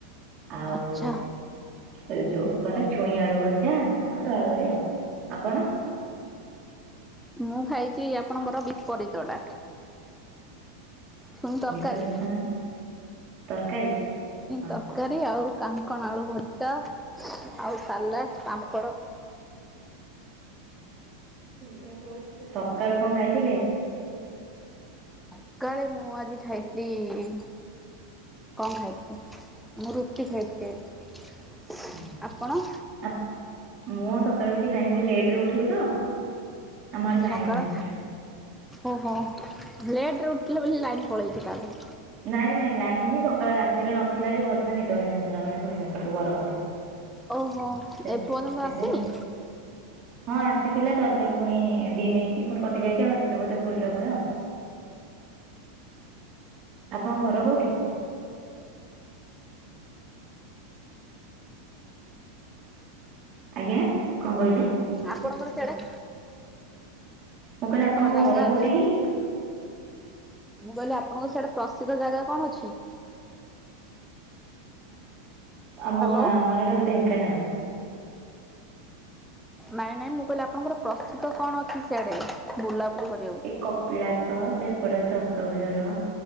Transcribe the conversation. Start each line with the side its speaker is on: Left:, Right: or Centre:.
Right: ଆଉ
Centre: ଆଚ୍ଛା
Right: ଏ ଯୋଉଁ କଣତ ଛୁଇଁ ଆଳୁ ଭଜା ଆଉ ଦଳାଦଳି ଆଉ ଆପଣ?
Centre: ମୁଁ ଖାଇଛି ଆପଣଙ୍କର ବିପରୀତଟା। ଛୁଇଁ ତରକାରୀ।
Right: ବିପରୀତ ମାନେ ତରକାରୀ? ହଁ
Centre: ତରକାରୀ ଆଉ କାଙ୍କଣ ଆଳୁ ଭଜା ଆଉ ସାଲାଡ଼ ପାମ୍ପଡ଼।
Right: ହୁଁ ସକାଳୁ କଣ ଖାଇଥିଲେ?
Centre: ସକାଳୁ ମୁଁ ଆଜି ଖାଇଥିଲି କଣ ଖାଇଥିଲେ ମୁଁ ରୁଟି ଖାଇଥିଲି
Right: ହୁଁ।
Centre: ଆପଣ?
Right: ଆ ମୁଁ ଆଉ ସକାଳୁ କିଛି ଖାଇନି ଲେଟ ରେ ଉଠିଲି ତ ଆମ ଆଡେ ଲାଇନ
Centre: ସକାଳ
Right: ନାହିଁ
Centre: ଓହୋ ଲେଟ ରେ ଉଠିଲେ ବୋଲି ଲାଇନ୍ ପଳେଇଚି ତାହାଲେ
Right: ନାଇଁ ନାଇଁ ଲାଇନ ହିଁ ସକାଳ ରାତିରେ ନଥିଲା ଯେ ଭଲସେ ନିଦ ହେଇନଥିଲା ମାନେ ଶୋଇ ନଥିଲି ଗରମରେ।
Centre: ଓହୋ ଏ
Right: ସେଥିପାଇଁ
Centre: ପର୍ଯ୍ୟନ୍ତ ଆସିନି?
Right: ଲେଟ ହଁ ଆସିଥିଲା ତାପରେ ପୁଣି ଡିମ ହେଇକି ପୁଣି କଟି ଯାଇଛି ଆଉ ଆସିବ ବୋଧେ ଫୁଲ ଟା ପୁରା ଆଉ। ଆପଣଙ୍କ ଘର କୋଉଁଠି? ଆଜ୍ଞା କଣ କହିଲେ?
Centre: ଆପଣଙ୍କର ସିଆଡେ?
Right: ମୁଁ କହିଲି ଆପଣଙ୍କ
Centre: ଜାଗା
Right: ଘର
Centre: ଅଛି?
Right: କୋଉଁଠି କି?
Centre: ମୁଁ କହିଲି ଆପଣଙ୍କ ସିଆଡ଼େ ପ୍ରସିଦ୍ଧ ଜାଗା କଣ ଅଛି?
Right: ଆମ
Centre: ହ୍ୟାଲୋ।
Right: ଆମ ଏଇଟା ଢେଙ୍କାନାଳ।
Centre: ନାଇଁ ନାଇଁ ମୁଁ କହିଲି ଆପଣଙ୍କର ପ୍ରସିଦ୍ଧ କଣ ଅଛି ସିଆଡେ ବୁଲାବୁଲି କରି
Right: ଏ କପିଳାସ ସେପଟେ ଅଛି ଅଶୋକ ଝର।